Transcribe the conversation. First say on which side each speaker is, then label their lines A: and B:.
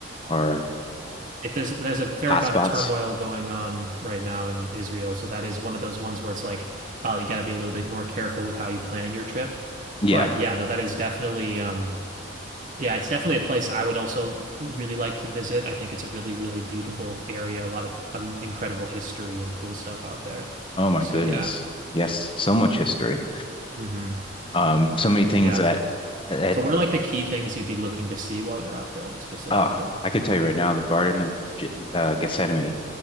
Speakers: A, on the left; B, on the right.
A: are
B: It, there's there's a fair
A: hotspots.
B: amount of turmoil going on right now in Israel, so that is one of those ones where it's like, oh, you got to be a little bit more careful with how you plan your trip.
A: Yeah.
B: But yeah, no, that is definitely um yeah, it's definitely a place I would also really like to visit. I think it's a really, really beautiful area, a lot of um, incredible history and cool stuff out there.
A: Oh my
B: So
A: goodness.
B: yeah.
A: Yes, so much history.
B: hmm
A: Um, so many things
B: Yeah.
A: that
B: Yeah,
A: that
B: So what are like the key things you'd be looking to see while you're out there specifically?
A: uh I could tell you right now, the Garden of Ge- uh, Gethsemane,